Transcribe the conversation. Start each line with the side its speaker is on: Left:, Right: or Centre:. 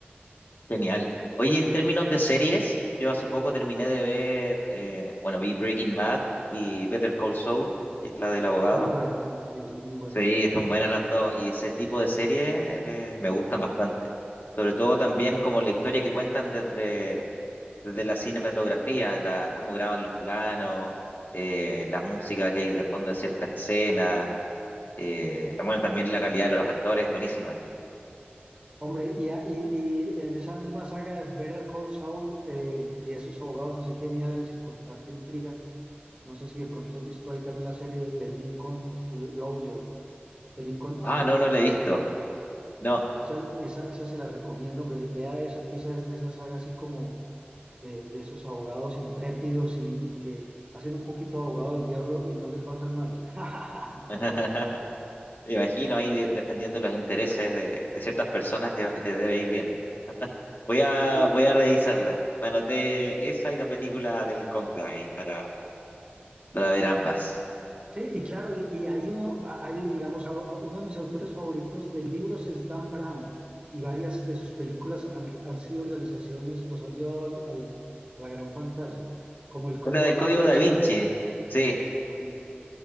Left: genial. Oye, en términos de series, yo hace poco terminé de ver, eh, bueno, vi Breaking Bad y Better Call Saul, que es la del abogado.
Right: muy buena, sí, esa es muy buena,
Left: Sí,
Right: me gusta
Left: son
Right: mucho.
Left: buenas las dos y ese tipo de series me, me gustan bastante. Sobre todo también como la historia que cuentan desde, desde la cinematografía, la, cómo graban los planos, eh, la música que hay de fondo en ciertas escenas, eh, tam- bueno, también la calidad de los actores, buenísima.
Right: Hombre, y, a- y- y en esa misma saga de Better Call Saul eh, y esos abogados así geniales y con tanta intriga, no sé si de pronto has visto ahí también la serie de, de Lincoln Lawyer, de Lincoln
Left: Ah,
Right: Attorney,
Left: no, no
Right: creo
Left: la he
Right: que
Left: visto.
Right: es así.
Left: No.
Right: Esa, esa, esa se la recomiendo, hombre, vea esa, que esa es de esa saga así como de, de esos abogados intrépidos y, y que hacen un poquito abogado del diablo y no les va tan mal. <laughs>
Left: <laughs> Me imagino ahí de- defendiendo los intereses de, de ciertas personas le- les debe ir bien. Voy a,
Right: Sí,
Left: voy a revisarla. Me anoté esa y la película del Conclave para, para ver ambas.
Right: Sí, y claro, y, y hay uno, hay, digamos, a- a- uno de mis autores favoritos de libros es Dan Brown, y varias de sus películas han, han sido realizaciones, los han llevado al, al- a la gran pantalla, como El Código
Left: Es la del
Right: Da
Left: Código
Right: Vinci,
Left: Da Vinci. Sí,
Right: exactamente.